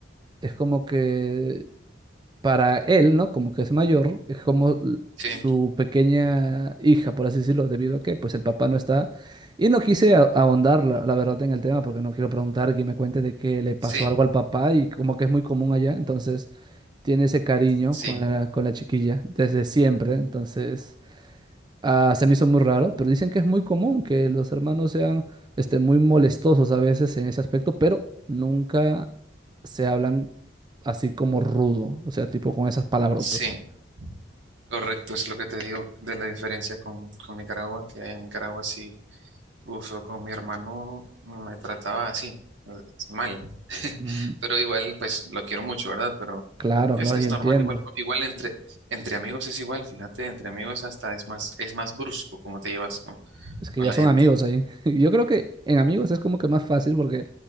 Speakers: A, on the right (about 25°); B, on the right (about 75°).
A: es como que para él, ¿no? Como que es mayor, es como l-
B: Sí,
A: su pequeña hija, por así decirlo, debido a que pues el papá no está. Y no quise a- ahondar, la, la verdad, en el tema, porque no quiero preguntar que me cuente de que le pasó
B: sí,
A: algo al papá y como que es muy común allá, entonces tiene ese cariño
B: sí,
A: con la, con la chiquilla desde siempre, entonces... Ah, se me hizo muy raro, pero dicen que es muy común que los hermanos sean este, muy molestosos a veces en ese aspecto, pero nunca se hablan así como rudo, o sea, tipo con esas palabrotas.
B: sí. Correcto, es lo que te digo de la diferencia con, con Nicaragua, que en Nicaragua sí Uf, yo con mi hermano me trataba así, eh, mal. <laughs>
A: Mm,
B: Pero igual, pues lo quiero mucho, ¿verdad? Pero
A: claro,
B: es,
A: claro,
B: es
A: yo entiendo.
B: normal, igual, igual entre, entre amigos es igual, fíjate, entre amigos hasta es más, es más brusco cómo te llevas con,
A: Es que
B: con
A: ya
B: la
A: son
B: gente.
A: amigos ahí. <laughs> Yo creo que en amigos es como que más fácil porque